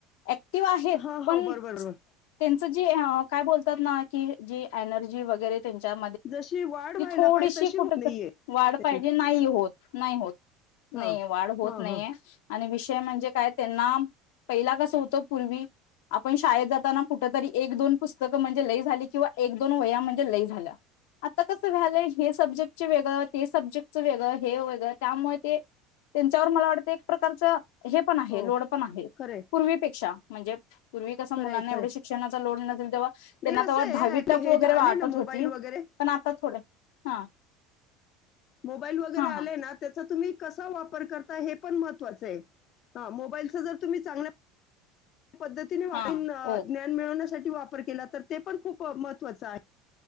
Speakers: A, on the left (about 85°); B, on the left (about 45°).
A: ते आहे
B: हां, हो.
A: पण-
B: बरोबर, बरोबर.
A: त्यांच जे- काय बोलतात ना की जे एनर्जी वगैरे त्यांच्या-
B: जशी वाढ व्हायला
A: थोडीशी
B: पाहिजे तशी
A: कुठंतरी
B: होत नाहीये
A: यायला
B: त्याची.
A: पायजे. नाही होत, नाही होत,
B: हां.
A: नाही वाढ होत
B: हां,
A: नाहीये
B: हां.
A: आणि विषय म्हणजे - काय त्यांना पहिला कस होतं पूर्वी आपण शाळेत जाताना कुठ तरी एक दोन पुस्तकं म्हणजे लई झाली किंवा एक दोन वह्या म्हणजे लई झाल्या. आता कसं व्हायलंय? हे सब्जेक्टच वेगळं ते सब्जेक्टचं वेगळं. हे वेगळं त्यामुळे ते त्यांच्यावर मला वाटतं एक प्रकारचं- हे पण आहे
B: हो.
A: लोड पण आहे
B: खरंय,
A: पूर्वीपेक्षा म्हणजे पूर्वी कस? मुलांना
B: खरंय, खरंय.
A: एवढे शिक्षणाचा लोड नसेल. तेव्हा
B: नाही
A: त्यांना
B: कसं
A: तेव्हा
B: आहे
A: दहावी
B: ॲक्चुअली
A: टफ
B: हे
A: वगैरे
B: जे
A: वाटत
B: आले ना मोबाईल
A: होती-
B: वगैरे,
A: थोड, हा.
B: मोबाईल वगैरे
A: हा
B: आलेय
A: हा
B: ना त्या- तुम्ही कसा वापर करताय? हे पण महत्वाच आहे. हां मोबाईलचा जर तुम्ही चांगल्या- पद्धतीने वा
A: हा हो
B: ज्ञान मिळवण्यासाठी- वापर केला तर ते पण खूप महत्वाचं आहे.